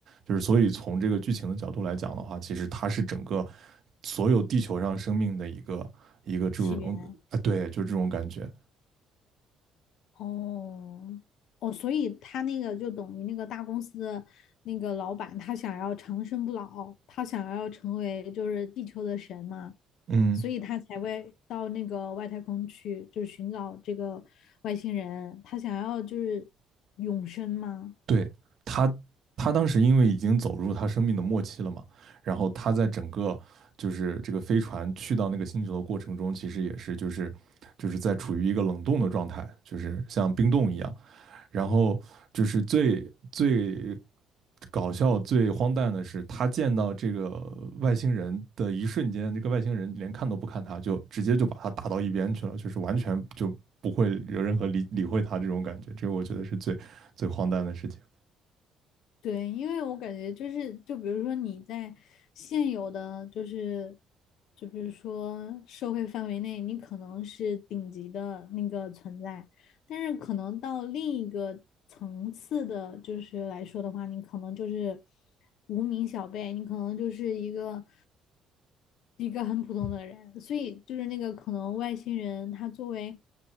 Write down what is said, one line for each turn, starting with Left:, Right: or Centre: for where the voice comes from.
Right: 就是所以从这个剧情的角度来讲的话，其实它是整个所有地球上生命的一个一个这种啊，
Left: 起源。
Right: 呃对，就这种感觉，
Left: 哦哦，所以他那个就等于那个大公司的那个老板，他想要长生不老，他想要成为就是地球的神嘛，
Right: 嗯。
Left: 所以他才会到那个外太空去，就是寻找这个外星人，他想要就是永生吗？
Right: 对，他，他当时因为已经走入他生命的末期了嘛，然后他在整个就是这个飞船去到那个星球的过程中，其实也是就是就是在处于一个冷冻的状态，就是像冰冻一样。然后就是最最搞笑、最荒诞的是，他见到这个外星人的一瞬间，那个外星人连看都不看他，就直接就把他打到一边去了，就是完全就不会有任何理理会他这种感觉。这个我觉得是最最荒诞的事情。
Left: 对，因为我感觉就是，就比如说你在现有的就是，就比如说社会范围内，你可能是顶级的那个存在，但是可能到另一个层次的，就是来说的话，你可能就是无名小辈，你可能就是一个一个很普通的人，所以就是那个可能外星人，他作为